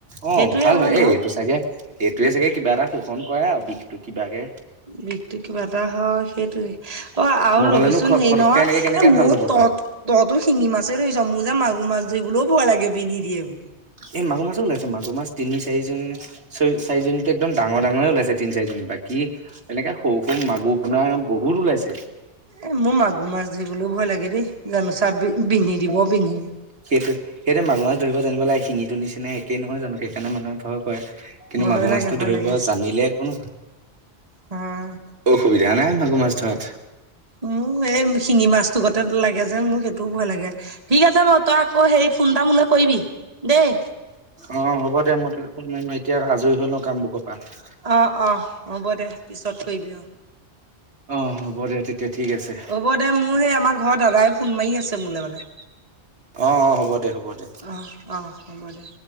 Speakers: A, on the right; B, on the right.
A: অ
B: সেইটোয়ে
A: ভাল
B: হয়
A: এই
B: ন
A: এইটো চাগে এইটোৱে চাগে কিবা এটা শোষণ কৰে আৰু বিষটো কিবাকে
B: বিষটো কিবা এটা হয় সেইটোয়ে অ', আৰু
A: নহলেনো
B: ৰবিচোন
A: ঘ
B: হেৰি
A: ফটককে
B: নহয়,
A: এনেকে কেনেকে
B: এই মোৰ
A: ভাল হ'ব
B: ত'
A: পাৰে
B: তইতো শিঙি মাছেই ধৰিছ, মোৰ যে মাগুৰ মাছ ধৰিবলেও ভয় লাগে বিন্ধি দিয়ে বুলি।
A: এই মাগুৰ মাছো ওলাইছে, মাগুৰ মাছ তিনি চাৰিজনী চ চাৰিজনী একদম ডাঙৰ ডাঙৰে ওলাইছে তিনি চাৰিজনী বাকী এনেকে সৰু সৰু মাগুৰ পোনাৰ বহুত ওলাইছে।
B: এ মোৰ মাগুৰ মাছ ধৰিবলেও ভয় লাগে দেই জানোচা বিন্ধি দিব বিন্ধি
A: সেইটোৱে সেইটোৱে মাগুৰ মাছ ধৰিব জানিব লাগে শিঙিটোৰ নিচিনা একেই নহয় জানো সেইকাৰণে মানুহে ভয় কৰে কিন্তু
B: ভয়
A: মাগুৰ
B: লাগে
A: মাছটো
B: ভয়
A: ধৰিব
B: লাগে
A: জানিলে একো নহয়।
B: হয়
A: অসুবিধা নাই মাগুৰ মাছ ধৰাত।
B: মোৰ এই শিঙি মাছটো গতে লাগে যে মোৰ সেইটোও ভয় লাগে। ঠিক আছে বাৰু তই আকৌ হেৰি ফোন এটা মোলৈ কৰিবি দেই।
A: অ', হ'ব দে মই তোলে ফোন মাৰিম, এতিয়া আজৰি হৈ লওঁ কামবোৰ বাহ
B: অ', অ', হ'ব দে পিছত কৰিবি আৰু।
A: অ', হ'ব দে তেতিয়া ঠিক আছে।
B: হ'ব দে মোৰ সেই আমাৰ ঘৰৰ দাদাই ফোন মাৰি আছে মোলৈ মানে।
A: অ', অ', হ'ব দে হ'ব। দে।
B: অ', অ', হ'ব দে।